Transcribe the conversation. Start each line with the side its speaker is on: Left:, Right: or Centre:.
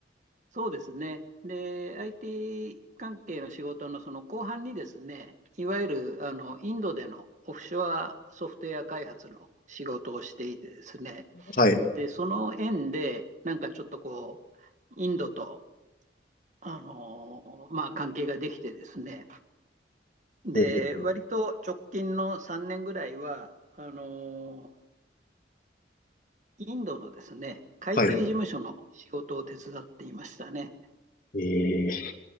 Right: そうですね。で、IT 関係の仕事のその後半にですね、いわゆる、あの、インドでのオフショアソフトウェア開発の仕事をしていてですね、
Left: はい。
Right: で、その縁で、なんかちょっとこう、インドと、あの、まあ、関係ができてですね、で、
Left: ほうほう。
Right: 割と直近の3年ぐらいは、あのインドのですね、会計事務所の仕事を手伝っていましたね。
Left: はい。ええ